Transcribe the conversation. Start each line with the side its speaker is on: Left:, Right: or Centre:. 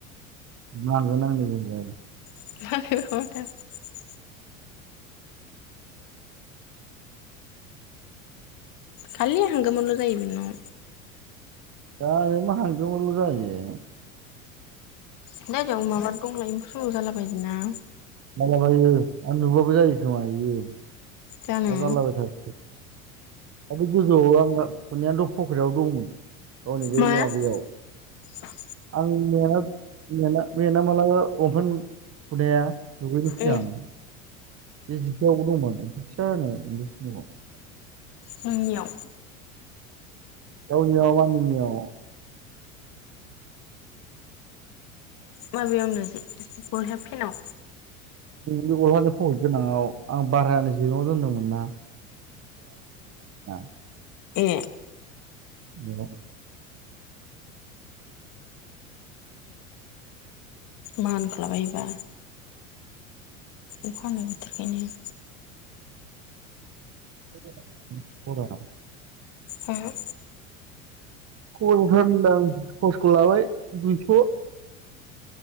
Right: नांगोन आंनि गुंग्राय।
Left: <unintelligible> खालि हांगोमोनल जायो बिनाव
Right: दा आरो मा हांगोमोनल जायो।
Left: जायगायावनो माबा दंलायो एम्फु सुमु जाला बायोना?
Right: जालाबायो आं नुबाबो जायो खोमा बियो दा
Left: जानो
Right: जालाबाय थासिगोन। आरो गोजौआव आं <unintelligible> पकेटआव दंमोन गावनि बे
Left: मा
Right: लआ बैयाव
Left: <inaudible>
Right: आं मेना मेना मेला माला लंफेन हुदाया दुगैनोसै
Left: उम
Right: आं बे जिफोरावबो दंमोन मोनसे फिसानो एम्फौ सुमुआव
Left: नोंनियाव
Right: गावनियाव आंनियाव
Left: माबेयाव नोजि गलहेब फेनाव
Right: बे बहानो फहर गोनाङाव आं बारायानो जेगाव दोनदोंमोन ना <unintelligible>
Left: ए।
Right: बेनाव
Left: मान खालामैबा अखा हानाय बोथोरखायनो
Right: <unintelligible>
Left: होम
Right: खस फ होनदां खसखौ लाबाय दुइस'